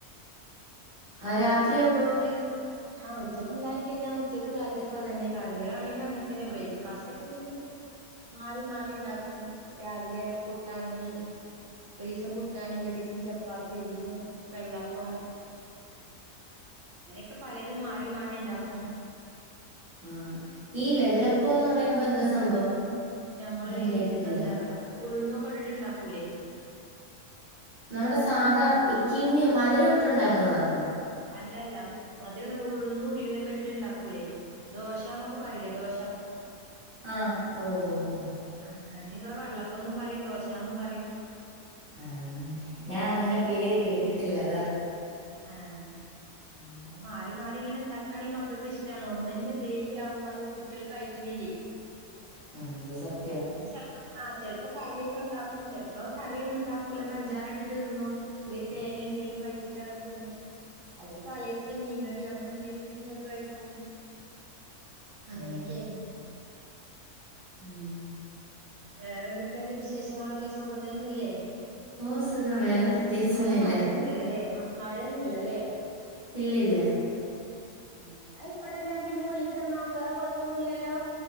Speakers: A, on the right; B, on the right.
A: <unintelligible>
B: ആ രാത്രി അപ്പം
A: ആഹ് ഉച്ചക്കൊണ്ടായി കഴിഞ്ഞാ ഉച്ചക്കും രാത്രിക്കും അതന്നെ. കറികളാണെലും അങ്ങൻ തന്നെ ബ്രേക്ക്ഫാസ്റ്റൊക്കെ പിന്നെ മാറി മാറിണ്ടാക്കും. രാവിലെ പുട്ടാണെങ്കി ഒരീസം പുട്ടാണെങ്കി ഒരീസം ചപ്പാത്തി ഒരീസം വെള്ളപ്പം അങ്ങനൊക്കെ പലതും മാറി മാറി ണ്ടാക്കും
B: ആഹ്, ഈ വെള്ളപ്പോന്ന്
A: ചെലപ്പോ കു
B: പറയുമ്പൊ എന്താ സംഭവം?
A: ഞമ്മള്
B: ഞാൻ കേട്ടിട്ടില്ല.
A: ഈ എന്താ ഉഴുന്നൊക്കെ ഇട്ടിട്ട് ണ്ടാക്കൂലേ
B: നമ്മുടെ സാധാ അപ്പ് ഈ കിണ്ണി മധുരം ഇട്ടൊണ്ടാക്ക്ന്നതാന്നോ?
A: അല്ലല്ല. മധുര <unintelligible> ഉഴുന്നും ഉലുവയൊക്കെ ഇട്ടിട്ടുണ്ടാ ക്കൂലേ ദോശാന്നൊക്കെ പറയില്ലേ ദോശ
B: ആഹ് ഓഹ് ഓഹ് ഓഹ്
A: ആഹ് അതിനിവടെ വെള്ളപ്പന്നും പറിം ദോശാന്നും പറിം.
B: ആഹ് ഞാ അങ്ങനെ പേര് കേട്ടിട്ടില്ല അതാ.
A: ആഹ്
B: <unintelligible>
A: അപ്പ മാറി മാറി ഇങ്ങനെണ്ടാക്കാണെ മക്കക്ക് ഇഷ്ടാണ് ഒന്നന്നെ ഡെയിലി ആവുമ്പോ അത് കുട്ട്യള് കഴിക്ക്ണില്ലേ.
B: ഉം ത് സത്
A: പിന്നെ ചെൽപ്പോ ആ ചെൽപ്പോ കറി ഒക്കെണ്ടാക്കും, ചെൽപ്പോ കറിന്നും ണ്ടാക്കൂല പഞ്ചാരട്ടിട്ട് തിന്നും. അല്ലേ തേങ്ങെന്തേലും കഴിച്ചിട്ടാങ്ങൻ തിന്നും. അല്ലെ തലേസ്ത്തെ മീൻകറിയോ അങ്ങനെന്തേലുണ്ടെങ്കി അത് കയിക്കും. അങ്ങനെയൊക്കെണ്.
B: ഉം ഉം.
A: വേറെന്തെക്കെണ്ട് വിശേഷങ്ങളൊക്കെ സുഖം തന്നെയല്ലേ?
B: ഓഹ് സുഖം വേറെ പ്രത്യേകിച്ചൊന്നുല്ല
A: അവടെ മഴയൊന്നുല്ലല്ലേ മ മഴയൊന്നുല്ലല്ലേ
B: ഇല്ലില്ല.
A: ഉം ന്നായിക്കോട്ടെ ഞാൻ പിന്നെ വിളിക്കന്നാ വേറെ കൊഴപ്പൊന്നുല്ലല്ലോ?